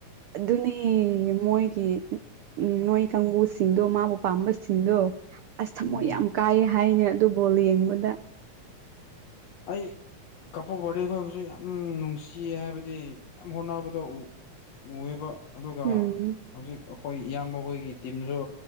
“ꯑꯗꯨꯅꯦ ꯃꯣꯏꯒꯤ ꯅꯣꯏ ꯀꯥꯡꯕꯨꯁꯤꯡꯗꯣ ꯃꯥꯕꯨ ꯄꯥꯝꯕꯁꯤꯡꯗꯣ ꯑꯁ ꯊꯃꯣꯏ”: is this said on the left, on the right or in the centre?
Right